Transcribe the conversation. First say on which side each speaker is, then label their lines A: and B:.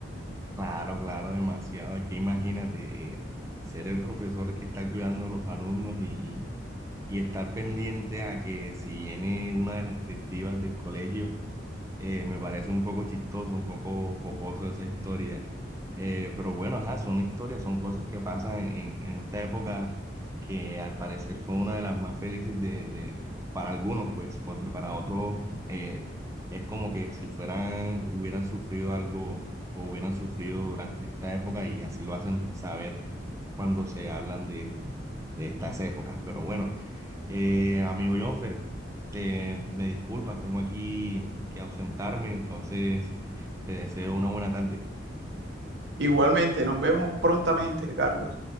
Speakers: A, on the right; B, on the right.
A: Claro, claro, demasiado. Es que imagínate eh, ser el profesor que está cuidando a los alumnos y, y- y estar pendiente a que si viene una de las directivas del colegio Eh, me parece un poco chistoso, un poco jocoso esa historia. Eh, pero bueno, ajá, son historias, son cosas que pasan en, en esta época que al parecer fue una de las más felices de, del- para algunos, pues, porque para otros eh, es como que si fueran, hubieran sufrido algo o hubieran sufrido durante esta época y así lo hacen saber cuando se hablan de, de estas épocas. Pero bueno, eh, amigo John eh, me disculpas, tengo aquí que ausentarme, entonces te deseo una buena tarde.
B: Igualmente, nos vemos prontamente, Carlos.